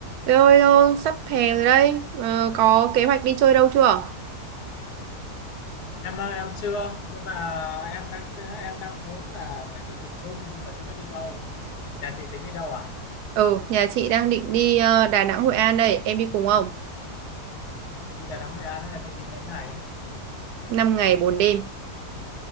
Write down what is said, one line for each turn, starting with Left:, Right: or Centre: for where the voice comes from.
Right: Rồi rồi, sắp hè rồi đây. Ờ, có kế hoạch đi chơi đâu chưa?
Left: em á, em chưa nhưng mà em đang em đang muốn là sẽ đi miền Trung nhưng mà chưa biết đi đâu nhà chị tính đi đâu à
Right: Ừ, nhà chị đang định đi ờ, Đà Nẵng, Hội An đây. Em đi cùng không?
Left: đi Đà Nẵng Hội An á, nhà chị đi mấy ngày
Right: 5 ngày 4 đêm.